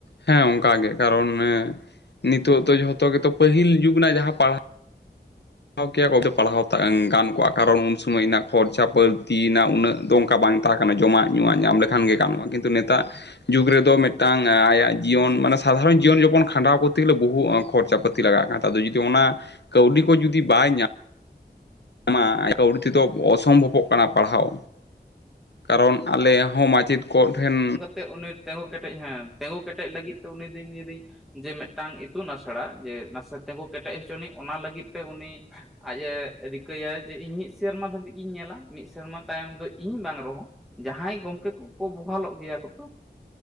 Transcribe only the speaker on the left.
ᱦᱮᱸ ᱚᱱᱠᱟ ᱜᱮ ᱠᱟᱨᱚᱱ ᱮ ᱱᱤᱛᱚᱜ ᱫᱚ ᱡᱷᱚᱛᱚ ᱜᱮᱛᱚ ᱯᱟᱹᱦᱤᱞ ᱡᱩᱜᱽ ᱱᱟᱜ ᱡᱟᱦᱟᱸ ᱯᱟᱲᱟᱼᱼ ᱦᱟᱣ ᱠᱮᱭᱟ ᱠᱚ ᱯᱟᱲᱦᱟᱣ ᱛᱚ ᱜᱟᱱ ᱠᱚᱣᱟ ᱠᱟᱨᱚᱱ ᱩᱱ ᱥᱚᱢᱚᱭ ᱤᱱᱟᱜ ᱠᱷᱚᱨᱪᱟ ᱯᱟᱹᱨᱛᱤᱭ ᱱᱟ ᱩᱱᱟᱹᱜ ᱫᱚ ᱚᱱᱠᱟ ᱵᱟᱝ ᱛᱟᱦᱮᱸᱼᱼ
ᱡᱚᱢᱟᱜ ᱧᱩᱣᱟᱜ ᱧᱟᱢ ᱞᱮᱠᱷᱟᱱ ᱜᱮ ᱜᱟᱱᱚᱜᱼᱟ ᱠᱤᱱᱛᱩ ᱱᱮᱛᱟᱜ ᱡᱩᱜᱽ ᱨᱮᱫᱚ
ᱢᱮᱫᱴᱟᱝ ᱟᱭᱟᱜᱼᱼ ᱡᱤᱭᱚᱱ ᱢᱟᱱᱮ ᱥᱟᱫᱷᱟᱨᱚᱱ ᱡᱤᱭᱚᱱ ᱡᱚᱠᱷᱚᱱ ᱠᱷᱟᱸᱰᱟᱣ ᱠᱚᱛᱮ ᱜᱮᱞᱮ ᱵᱚᱦᱩ ᱚ ᱠᱷᱚᱨᱪᱟ ᱯᱟᱹᱛᱤ ᱞᱟᱜᱟᱜ ᱠᱟᱱᱟ ᱛᱚ ᱡᱩᱫᱤ ᱚᱱᱟᱼᱼ ᱠᱟᱹᱣᱰᱤ ᱠᱚ ᱡᱩᱫᱤ ᱵᱟᱭ ᱧᱟ ᱢᱟ‌ ᱮ ᱠᱟᱹᱣᱰᱤ ᱛᱮᱫᱚ ᱚᱥᱚᱢᱵᱷᱚᱵᱚᱜ ᱠᱟᱱᱟ ᱯᱟᱲᱦᱟᱣᱼᱼ ᱠᱟᱨᱚᱱ ᱟᱞᱮ ᱦᱚᱸ ᱢᱟᱪᱮᱫ ᱠᱚ ᱴᱷᱮᱱᱼᱼ